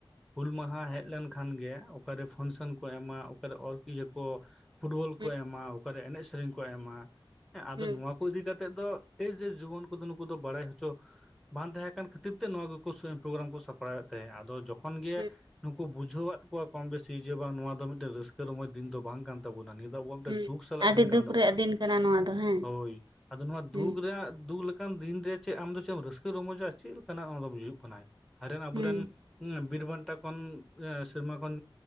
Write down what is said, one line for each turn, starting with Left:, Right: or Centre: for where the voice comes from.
Centre: ᱦᱩᱞ ᱢᱟᱦᱟ ᱦᱮᱡ ᱞᱮᱱᱠᱷᱟᱱ ᱜᱮ ᱚᱠᱟᱨᱮ ᱯᱷᱚᱱᱥᱮᱱ ᱠᱚ ᱮᱢᱟ, ᱚᱠᱟᱨᱮ ᱚᱨ ᱤᱭᱟᱹ ᱠᱚ ᱯᱷᱩᱴᱵᱚᱞ ᱠᱚ
Right: ᱦᱩᱸ
Centre: ᱮᱢᱟ, ᱚᱠᱟᱨᱮ ᱮᱱᱮᱡ ᱥᱮᱨᱮᱧ ᱠᱚ ᱮᱢᱟ, ᱟᱫᱚ
Right: ᱦᱩᱸ
Centre: ᱱᱚᱣᱟ ᱠᱚ ᱤᱫᱤ ᱤᱫᱤ ᱠᱟᱛᱮᱫ ᱫᱚ ᱡᱮ ᱡᱩᱣᱚᱱ ᱠᱚᱫᱚ ᱱᱩᱠᱩ ᱫᱚ ᱵᱟᱲᱟᱭ ᱦᱚᱪᱚ ᱵᱟᱝ ᱛᱟᱦᱮᱸ ᱠᱟᱱ ᱠᱷᱟᱹᱛᱤᱨ ᱛᱮ ᱱᱚᱣᱟ ᱠᱚ ᱯᱨᱳᱜᱨᱟᱢ ᱠᱚ ᱥᱟᱯᱲᱟᱣᱮᱫ ᱛᱟᱦᱮᱸᱫ ᱟᱫᱚ ᱡᱚᱠᱷᱚᱱ ᱛᱚᱠᱷᱚᱱ ᱜᱮ
Right: ᱦᱩᱸ
Centre: ᱱᱩᱠᱩ ᱵᱩᱡᱷᱟᱹᱣᱟᱫ ᱠᱚᱣᱟ ᱠᱚᱢ ᱵᱮᱥᱤ ᱡᱮ ᱵᱟᱝ ᱱᱚᱣᱟ ᱫᱚ ᱢᱤᱫᱴᱮᱱ ᱨᱟᱹᱥᱠᱟᱹ ᱨᱚᱢᱚᱡᱽ ᱫᱤᱱ ᱫᱚ ᱵᱟᱝ ᱛᱟᱠᱚᱣᱟ᱾ ᱱᱤᱭᱟᱹ ᱫᱚ ᱟᱵᱚᱣᱟᱜ
Right: ᱦᱩᱸ
Centre: ᱫᱩᱠ ᱥᱟᱞᱟᱜ
Right: ᱟᱹᱰᱤ
Centre: ᱫᱤᱱ ᱠᱟᱱ
Right: ᱫᱩᱠ
Centre: ᱛᱟᱵᱚᱱᱟ᱾
Right: ᱨᱮᱭᱟᱜ ᱫᱤᱱ ᱠᱟᱱᱟ ᱱᱚᱣᱟ ᱫᱚ ᱦᱮᱸ
Centre: ᱦᱳᱭ ᱟᱫᱚ ᱱᱚᱣᱟ
Right: ᱦᱩᱸ
Centre: ᱫᱩᱠ ᱨᱮᱭᱟᱜ ᱫᱩᱠ ᱞᱮᱠᱟ ᱚᱱᱠᱟᱱ ᱫᱤᱱ ᱨᱮ ᱪᱮᱫ ᱟᱢ ᱫᱚ ᱪᱮᱫ ᱮᱢ ᱨᱟᱹᱥᱠᱟᱹ ᱨᱚᱢᱚᱡᱟ? ᱪᱮᱫ ᱞᱮᱠᱟᱱᱟᱜ ᱱᱚᱭᱟ ᱫᱚ ᱦᱩᱭᱩᱜ ᱠᱟᱱᱟᱭ ᱠᱟᱱᱟ? ᱦᱮᱱ ᱟᱵᱚᱨᱮᱱ
Right: ᱦᱩᱸ
Centre: ᱦᱮᱸ ᱵᱤᱨ ᱵᱟᱱᱴᱟ ᱠᱷᱚᱱ ᱮ ᱥᱮᱨᱢᱟ ᱠᱷᱚᱱ